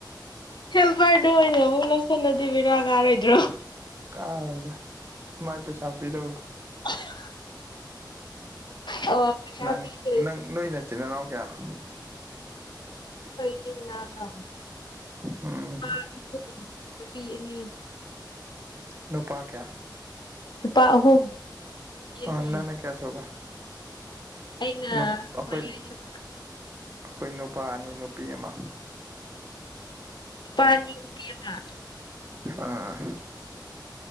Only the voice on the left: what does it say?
ꯍꯦꯜꯄꯔꯗꯣ ꯑꯣꯏꯅ ꯑꯃꯨꯛ ꯂꯧꯁꯤꯜꯂꯗꯤ ꯕꯤꯔꯥ ꯀꯥꯔꯣꯏꯗ꯭ꯔꯣ
<inaudible> ꯑꯣ ꯄꯩꯁꯥ
ꯄꯤꯗ꯭ꯔꯁꯨ
ꯑꯩꯈꯣꯏ ꯏꯆꯤꯟ ꯏꯅꯥꯎꯔꯣ ꯅꯨꯄꯥ
ꯑꯍꯨꯝ ꯅꯨꯄꯤ ꯑꯅꯤ
ꯂꯨꯄꯥ ꯑꯍꯨꯝ ꯅꯨꯄꯤ
ꯑꯅꯤ
ꯑꯩꯅ
ꯃꯔꯤ ꯁꯨꯕ
ꯅꯨꯄꯥ ꯑꯅꯤ ꯅꯨꯄꯤ ꯑꯃ